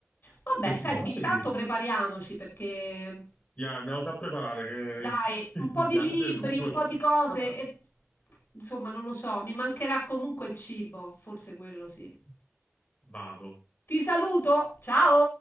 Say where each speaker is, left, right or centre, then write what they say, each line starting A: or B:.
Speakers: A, on the left (about 50°); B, on the left (about 30°).
A: Vabbè,
B: Se
A: senti,
B: ti piace,
A: intanto
B: di...
A: prepariamoci perché
B: Ya, andiamo già a preparare che
A: dai,
B: il, <laughs>
A: un po'
B: il
A: di
B: viaggio
A: libri,
B: è lungo.
A: un
B: e
A: po'
B: non-
A: di cose
B: <laughs>
A: e insomma, non lo so, mi mancherà comunque il cibo, forse quello sì.
B: Vado.
A: Ti saluto, ciao!